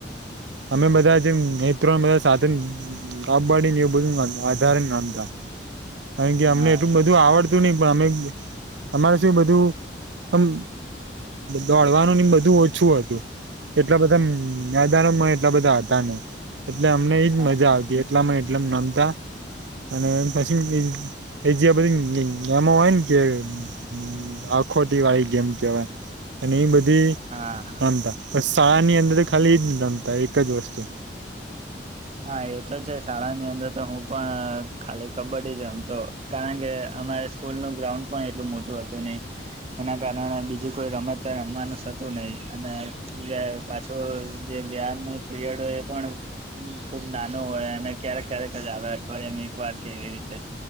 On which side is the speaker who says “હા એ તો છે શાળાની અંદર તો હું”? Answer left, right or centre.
Right